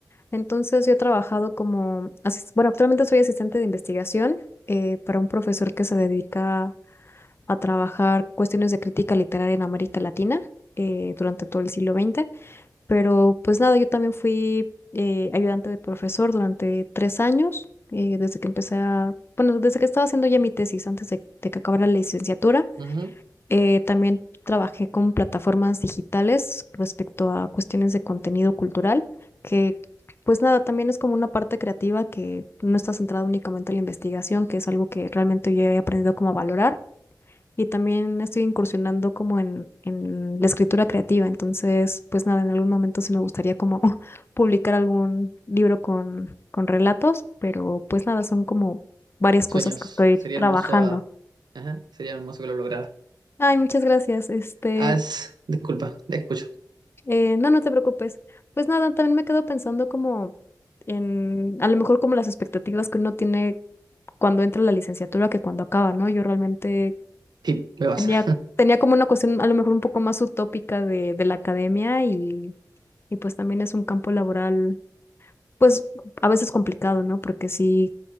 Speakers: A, on the left; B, on the right.
A: Entonces yo he trabajado como, asis- bueno, actualmente soy asistente de investigación eh, para un profesor que se dedica a trabajar cuestiones de crítica literaria en América Latina eh, durante todo el siglo XX. Pero pues nada, yo también fui eh, ayudante de profesor durante tres años, eh, desde que empecé a, bueno, desde que estaba haciendo ya mi tesis, antes de, de que acabara la licenciatura.
B: Ujú.
A: Eh, también trabajé con plataformas digitales respecto a cuestiones de contenido cultural, que pues nada, también es como una parte creativa que no está centrada únicamente en la investigación, que es algo que realmente yo he aprendido como a valorar. Y también estoy incursionando como en, en la escritura creativa. Entonces, pues nada, en algún momento sí me gustaría como <laughs> publicar algún libro con, con relatos, pero pues nada, son como varias
B: Sueños.
A: cosas que estoy
B: Sería
A: trabajando.
B: hermoso, ah, ajá, sería hermoso que lo lograra.
A: Ay, muchas gracias. Este,
B: Haz, disculpa, te escucho.
A: Eh, no, no te preocupes. Pues nada, también me quedo pensando como en, a lo mejor como las expectativas que uno tiene cuando entra a la licenciatura que cuando acaba, ¿no? Yo realmente
B: Sí, me pasa.
A: tenía, tenía como una cuestión a lo mejor un poco más utópica de, de la academia y, y pues también es un campo laboral, pues a veces complicado, ¿no? Porque sí,